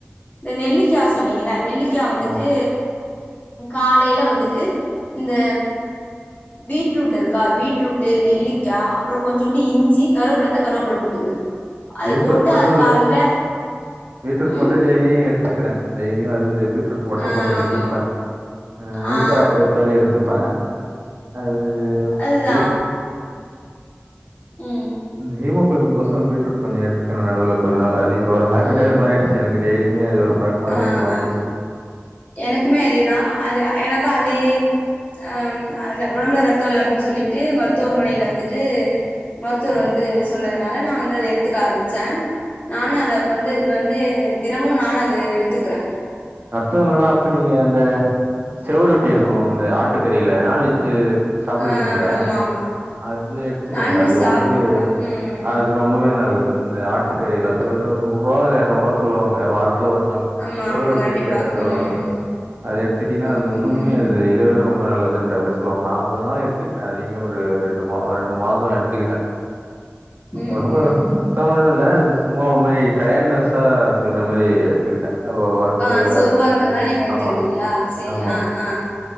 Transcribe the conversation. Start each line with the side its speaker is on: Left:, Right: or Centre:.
Left: இந்த நெல்லிக்காய் சொன்னீங்களா நெல்லிக் க்கியா வந்துட்டு
Right: ஆமா
Left: காலையில வந்துட்டு இந்த பீட்ரூட் இருக்கா பீட்ரூட் நெல்லிக்கா அப்புறோ கொஞ்சோண்டு இஞ்சி கருவப்புள்ளருந்தா கருவப்புள்ள போட்டுங்க
Right: பீட்ரூட்
Left: அது போட்டு
Right: மட்டு
Left: அது
Right: ரெ
Left: கால்ல
Right: பீட்ரூட்
Left: ம்
Right: மட்டு டெய் அதையு எடுத்துக்குறே டெயிலியு அது பீட்ரூட் ஒட்டர்
Left: ஆ
Right: கொஞ்சோ எடுத்துப்பே
Left: ஆமா
Right: அ நெல்லிக்காய்
Left: ஆ
Right: அது பாதி எடுத்துப்பே அது
Left: அதுதா
Right: பீட்
Left: ம்
Right: ஹீமோ குளோமின் கோச பீட்ரூட் கொஞ்சோ எடுத்துக்கிறே நடுவுல கொஞ்சனால அதையு இப்போ ஒரு ஹேபிட்டாவே
Left: ம்
Right: மாறிடுச்சி
Left: ம்
Right: எனக்கு டெய்லியுமே அது ஒரு பழக்கமாவே
Left: ஆ
Right: மாறிடுச்சி
Left: ஆ எனக்குமே அதேதா அது எனக்கு அதே அ அந்த ஒடம்புல ரத்த இல்ல அப்புடின்னு சொல்லிட்டு மருத்துவமனையில வந்துட்டு மருத்துவர் வந்து சொன்னதுனால நா வந்து அத எடுத்துக்க ஆரம்பிச்சே நானு அத அப்ப வந்து இப்ப வந்து தினமு நானு அது எடுத்துக்குறே
Right: ரத்தோ இல்லனா அப்ப நீங்க அந்த செவரொட்டி இருக்கு இந்த ஆட்டுக்கறில நான்வெஜ்ஜு சாப்புடுவீங்கல
Left: ஆ ஆமா ஆமா
Right: அது எடுத்துக்கோங்க
Left: நான்வெஜ்
Right: அது
Left: சாப்புடுவே
Right: ரொம்பவே
Left: ம்
Right: அது ரொம்பவே நல்லது இந்த ஆட்டுக்கறி ரத்த என்ன நூறுபா இல்ல எரநூறுபா சொல்லுவாங்க வாரத் வாரத்துல ஒரு நாள்
Left: ஆமா
Right: செவரொட்டின்
Left: ஆமா கண்டிப்பா
Right: கேட்டா தருவாங்க
Left: ம்
Right: அத எடுத்திட்டீங்னா
Left: ஆ
Right: அது உன்னுமே
Left: ம்
Right: அது இத விட ரொம்ப நல்லதுன்ற மாரி சொல்லுவாங்க நா கொஞ்ச நாள் எடுத்து அதையுமே ஒரு ரெண்டு மா ரெண்டு மாச எடுத்துக்கிட்டே
Left: ம்
Right: ஒடம்புற
Left: ம்
Right: ரத்தமில்லனு இல்ல இது சும்மா ஒரு மாரி டயர்ட்னஸ்ஸா இருக்குன்ற மாரி எடுத்துக்கிட்டே அ ஒ ஒர்க்
Left: ஆ
Right: இதுல
Left: சோர்வா
Right: கொஞ்சம்
Left: இருக்குறதுனால நீங்க எடுத்துக்கிட்டீங்களா
Right: ஆமா,
Left: சேரி
Right: ஆமா,
Left: ஆ ஆ